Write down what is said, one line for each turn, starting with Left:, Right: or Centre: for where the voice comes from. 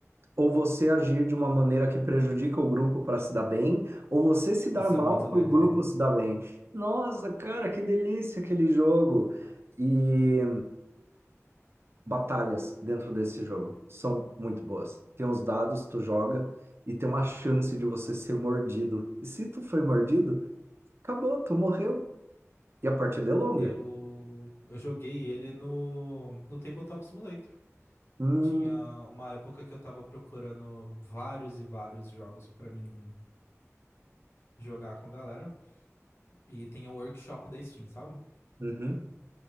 Right: ou você agir de uma maneira que prejudica o grupo para se dar bem, ou você se
Left: Isso
Right: dar mal
Left: é muito legal.
Right: para o grupo se dar bem. Nossa, cara, que delícia aquele jogo! E batalhas dentro desse jogo são muito boas. Tem os dados, tu joga e tem uma chance de você ser mordido. E se tu foi mordido, acabou, tu morreu. E a partida é longa.
Left: Eu, eu joguei ele no, no Tabletop Simulator.
Right: Hum,
Left: Tinha uma época que eu tava procurando vários e vários jogos pra mim jogar com a galera. E tem o workshop da Steam, sabe?
Right: uhum,